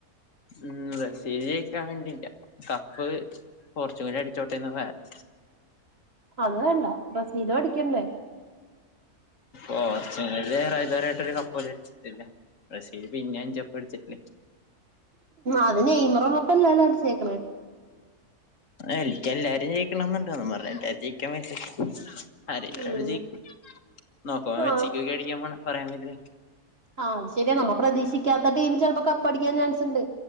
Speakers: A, on the left; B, on the right.
A: ഉം ബസീൽ ജയ്ക്കാൻ വേണ്ടീട്ട കപ്പ് പോർച്ചുഗൽ അടിച്ചോട്ടേന്ന് പ്രാർത്ഥിച്ച്
B: അത് വേണ്ട ബ്രസീലു അടിക്കണ്ടേ
A: ഓഹ് ഏഴരയാകാറായി ഇതുവരെയായിട്ട് ഒരു കപ്പ് പോലും അടിച്ചിട്ടില്ല ബ്രിസില് പിന്നെം അഞ്ച് കപ്പടിച്ചിട്ടുണ്ട്.
B: അത് നെയ്മറു ള്ളപ്പല്ലേ അടിച്ചേക്കണേ
A: എനിക്ക് എല്ലാരും ജയിക്കണം എന്നുണ്ടോന്ന് എന്നും പറഞ്ഞ് എല്ലാരും ജയിക്കാൻ പറ്റോ അരെങ്കിലൊരാള്
B: ഉം
A: ജയിക്കും നോക്കുവ വെച്ചിക്കൊക്ക്യായിരിക്ക്യാം
B: ആഹ്
A: പോണ് പറയാൻ പറ്റല്ല.
B: ആഹ് അത് ശര്യ നമ്മ പ്രതീക്ഷിക്ക്യാത്ത ടീം ചെൽപ്പ കപ്പടിക്ക്യാ ചാൻസ്ണ്ട്.